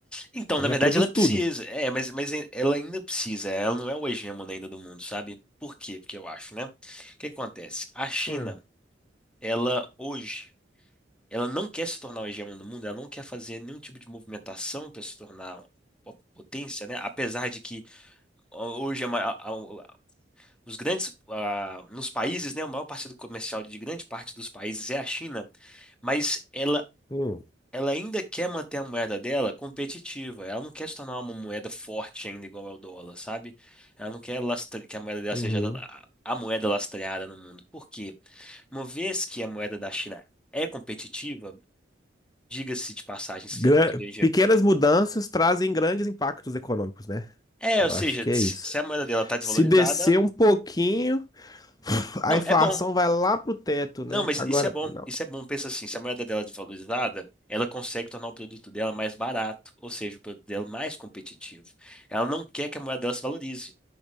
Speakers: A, in the centre; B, on the left.
A: Então,
B: Ela
A: na verdade,
B: reproduz
A: ela precisa.
B: tudo.
A: É, mas, mas ela ainda precisa. Ela não é o hegemona ainda do mundo, sabe? Por quê? Porque eu acho, né? O que que acontece? A China,
B: Hum,
A: ela hoje. Ela não quer se tornar o hegemona do mundo, ela não quer fazer nenhum tipo de movimentação para se tornar uma potência, né? Apesar de que hoje a ma- a- a- os grandes ah, nos países, né, o maior parceiro comercial de grande parte dos países é a China, mas ela
B: hum,
A: ela ainda quer manter a moeda dela competitiva. Ela não quer se tornar uma moeda forte ainda igual ao dólar, sabe? Ela não quer lastre- que a moeda dela
B: uhum.
A: seja a a moeda lastreada no mundo. Por quê? Uma vez que a moeda da China é competitiva, Diga-se de passagem, se-
B: Gra-
A: ou seja,
B: Pequenas mudanças trazem grandes impactos econômicos, né?
A: é,
B: Eu
A: ou seja,
B: acho que
A: se
B: é isso.
A: se a moeda dela tá desvalorizada,
B: Se descer um pouquinho, a
A: não,
B: inflação
A: é bom.
B: vai lá pro teto,
A: Não,
B: né?
A: mas
B: Agora,
A: isso é bom.
B: não.
A: Isso é bom. Pensa assim, se a moeda dela é desvalorizada, ela consegue tornar o produto dela mais barato, ou seja, o produto dela mais competitivo. Ela não quer que a moeda dela se valorize.